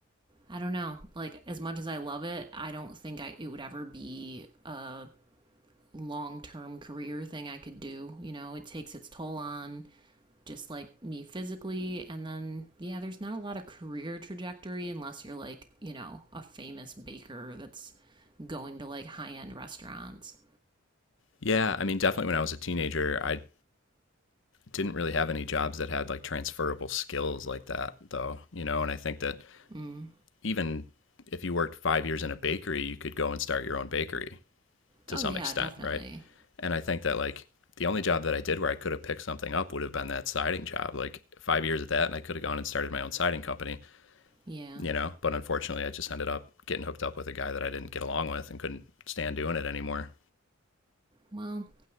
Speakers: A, on the right (about 25°); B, on the left (about 65°).
A: I don't know. Like as much as I love it, I don't think I it would ever be a long-term career thing I could do. You know, it takes its toll on just like me physically and then yeah, there's not a lot of career trajectory unless you're like, you know, a famous baker that's going to like high-end restaurants.
B: yeah i mean definitely when i was a teenager i didn't really have any jobs that had like transferable skills like that though you know and i think that
A: Mm.
B: even if you worked five years in a bakery you could go and start your own bakery to
A: Oh
B: some
A: yeah,
B: extent,
A: definitely.
B: right? And I think that like the only job that I did where I could have picked something up would have been that siding job. Like five years at that, and I could have gone and started my own siding company,
A: Yeah.
B: you know. But unfortunately, I just ended up getting hooked up with a guy that I didn't get along with and couldn't stand doing it anymore.
A: Well,